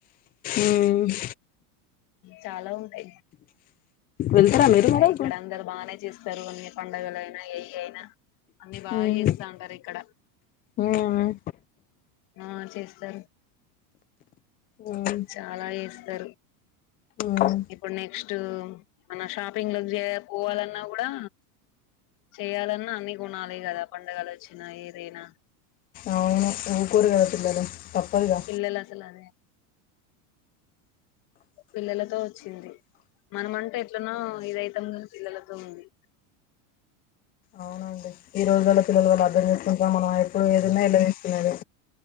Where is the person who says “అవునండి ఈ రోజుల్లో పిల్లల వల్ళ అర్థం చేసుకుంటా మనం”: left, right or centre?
Left